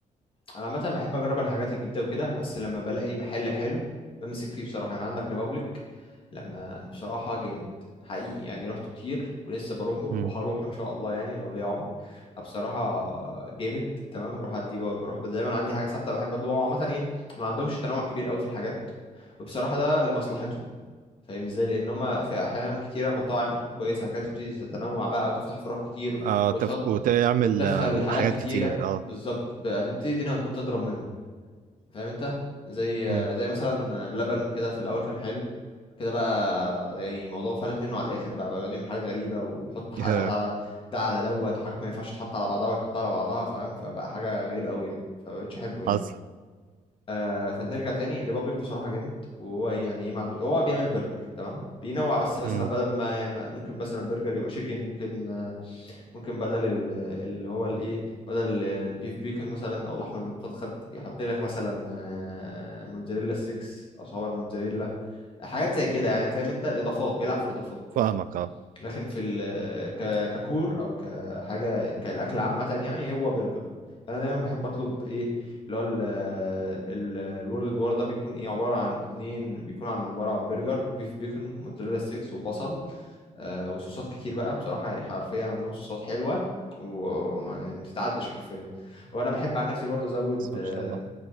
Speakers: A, on the left (about 40°); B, on the right (about 80°).
A: انا عامه بحب اجرب الحاجات الجديده وكده بس لما بلاقي محل حلو بمسك فيه بصراحه يعني عندك ريبابليك لما بصراحه جامد حقيقي يعني رحته كتير ولسه بروحه وهروحه
B: مم.
A: ان شاء الله يعني لو ليا عمر بصراحه جامد تمام بروح ادي بروح دايما عندي حاجه ثابته بحب اطلبها عامه ايه ما عندهمش تنوع كبير قوي في الحاجات وبصراحه ده لمصلحتهم فاهم ازاي لان هما في احيانا كتيره مطاعم بتكون كويسه كانت تبتدي تتنوع بقى وتفتح فروع كتير
B: آه
A: وتحط
B: تف... وتعمل
A: وتدخل
B: آه،
A: حاجات
B: حاجات
A: كتيره
B: كتير اه
A: بالظبط بقى تبتدي الدنيا تبوظ تضرب منهم فاهم انت زي
B: مم.
A: زي مثلا بلبن كده في الاول كان حلو كده بقى يعني الموضوع فلت منه على الاخر بقى بقى يقعد يعمل حاجات غريبه ويحط حاجات
B: <laughs>
A: على ده على دوت وحاجات ما ينفعش تتحط على بعضها ويحطها على بعضها فاهم فبقى حاجه غريبه قوي يعني فمبقتش احبه
B: حصل
A: يعني آه فنرجع تاني ريبابليك بصراحة جامد وهو يعني ايه ما عنده هو بيعمل برجر تمام بينوع بس مثلا
B: مم.
A: بدل ما يعني، ما- ممكن مثلا برجر يبقى شيكن ممكن آه، ممكن بدل ال- اللي هو الايه بدل ال- البيف بيكن مثلا او اللحم المقدد يحط لك مثلا آه، موتزاريلا 6 او صوابع الموتزاريلا حاجات زي كده يعني فاهم انت الاضافات بيلعب في الاضافات
B: فاهمك اه
A: لكن في ال ك ككور او كحاجه كالاكل عامه يعني هو برجر فانا دايما بحب اطلب ايه اللي هو ال- ال- الورد وار ده بيكون ايه عباره عن اتنين بيكون عن عباره عن برجر بيف بيكون وموتزاريلا ستيكس وبصل آه وصوصات كتير بقى بصراحه يعني حرفيا عندهم صوصات حلوه وما بتتعدش حرفيا وانا بحب عن نفسي برضه ازود
B: بس
A: آه،
B: ما شاء الله